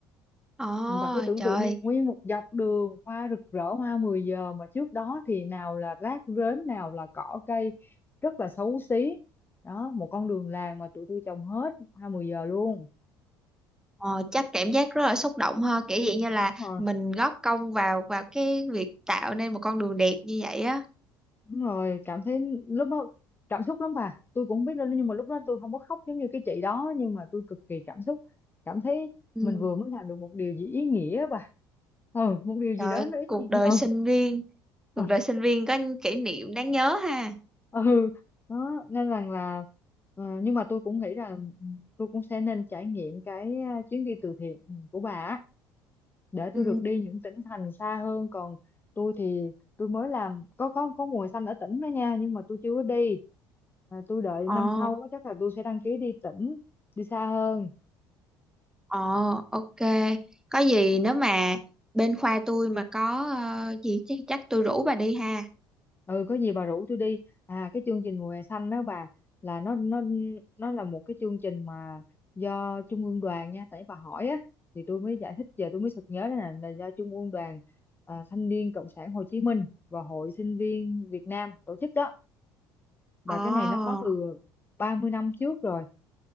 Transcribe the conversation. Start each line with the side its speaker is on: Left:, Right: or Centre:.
Centre: Ồ,
Left: và cứ tưởng
Centre: trời
Left: tượng đi nguyên một dọc đường hoa rực rỡ hoa 10 giờ mà trước đó thì nào là rác rến nào là cỏ cây rất là xấu xí đó một con đường làng mà tụi tôi trồng hết hoa 10 giờ luôn
Centre: Ờ, chắc cảm giác rất là xúc động ha kiểu vậy như là
Left: Đúng rồi
Centre: mình góp công vào vào cái việc tạo nên một con đường đẹp như vậy á
Left: Đúng rồi, cảm thấy lúc đó cảm xúc lắm bà. Tôi cũng không biết đâu nhưng mà lúc đó tôi không có khóc giống như cái chị đó nhưng mà tôi cực kỳ cảm xúc. Cảm thấy
Centre: ừ.
Left: mình vừa mới làm được một điều gì ý nghĩa á bà. Ừ, một điều gì
Centre: Trời
Left: đó
Centre: ơi,
Left: nó ý
Centre: cuộc
Left: nghĩa.
Centre: đời
Left: Ừ,
Centre: sinh viên cuộc
Left: ừ.
Centre: đời sinh viên có những kỷ niệm đáng nhớ ha
Left: ừ. Đó, nên rằng là ờ, nhưng mà tôi cũng nghĩ là ừ, tôi cũng sẽ nên trải nghiệm cái ờ, chuyến đi từ thiện của bà á. để
Centre: ừ.
Left: tôi được đi những tỉnh thành xa hơn còn tôi thì tôi mới làm có có có mùa xanh ở tỉnh đó nha nhưng mà tôi chưa có đi à, tôi đợi
Centre: ờ
Left: năm sau á, chắc là tôi sẽ đăng ký đi tỉnh đi xa hơn
Centre: ờ ok có gì nếu mà bên khoa tôi mà có ờ, gì chắc chắc tôi rủ bà đi ha
Left: ừ có gì bà rủ tôi đi à cái chương trình mùa hè xanh đó bà là nó nó nó là một cái chương trình mà do trung ương đoàn nha tại bà hỏi á thì tôi mới giải thích giờ tôi mới sực nhớ đó là, là do trung ương đoàn à, thanh niên cộng sản Hồ Chí Minh và hội sinh viên Việt Nam tổ chức đó và
Centre: ờ
Left: cái này nó có từ 30 năm trước rồi